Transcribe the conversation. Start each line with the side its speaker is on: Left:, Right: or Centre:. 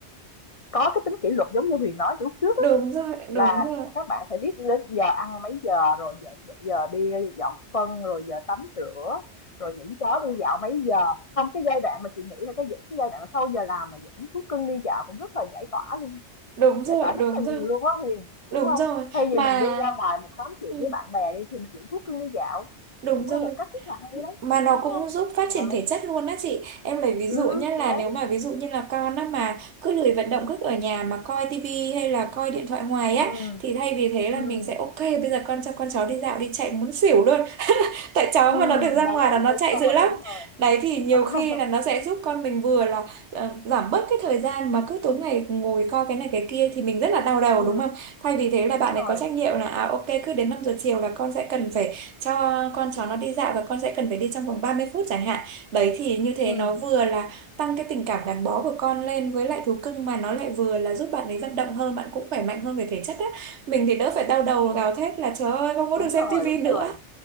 Left: có cái tính kỷ luật giống như Huyền nói từ lúc trước á,
Right: đúng rồi
Left: là
Right: đúng rồi
Left: các bạn phải biết đến giờ ăn mấy giờ rồi giờ, giờ đi dọn phân rồi giờ tắm rửa rồi những chó đi dạo mấy giờ không cái giai đoạn mà chị nghĩ là cái cái giai đoạn mà sau giờ làm mà những thú cưng đi dạo cũng rất là giải tỏa luôn
Right: đúng rồi
Left: giải tỏa
Right: đúng
Left: rất là nhiều
Right: rồi
Left: luôn á Huyền
Right: đúng
Left: đúng không
Right: rồi
Left: thay
Right: mà
Left: vì mình đi ra ngoài mình tám chuyện
Right: ừ,
Left: với bạn bè đi thì mình dẫn thuốc cưng đi dạo
Right: đúng
Left: cũng
Right: rồi
Left: là một cách rất là hay đấy
Right: mà nó
Left: đúng
Right: cũng
Left: không
Right: giúp phát triển
Left: đấy
Right: thể chất luôn á chị em lấy ví
Left: ừ
Right: dụ nhé
Left: đấy
Right: là nếu mà ví dụ như là con á mà cứ lười vận động cứ ở nhà mà coi tivi hay là coi điện thoại hoài
Left: ừ
Right: á thì thay vì thế là
Left: ừ
Right: mình sẽ ok bây giờ con cho con cháu đi dạo đi chạy muốn xỉu luôn tại cháu
Left: ừ
Right: mà nó được ra
Left: đấy
Right: ngoài là nó
Left: đúng
Right: chạy
Left: rồi
Right: dữ lắm
Left: đúng rồi
Right: đấy thì nhiều
Left: <laughs>
Right: khi là nó sẽ giúp con mình vừa là ờ, giảm bớt cái thời gian mà cứ tối ngày ngồi coi cái này cái kia thì mình rất là đau đầu
Left: ừ
Right: đúng không thay vì thế là bạn
Left: đúng
Right: ấy
Left: rồi
Right: có trách nhiệm là à ok cứ đến 5 giờ chiều là con sẽ cần phải cho con cháu nó đi dạo và con sẽ cần phải đi trong vòng 30 phút chẳng hạn đấy thì như thế
Left: ừ
Right: nó vừa là tăng cái tình cảm gắn bó của con lên với lại thú cưng mà nó lại vừa là giúp bạn ấy vận động hơn bạn cũng khỏe mạnh hơn về thể chất á mình thì đỡ phải đau đầu
Left: ừ
Right: gào thét là trời ơi không có
Left: đúng
Right: được xem
Left: rồi
Right: tivi
Left: đúng
Right: nữa
Left: rồi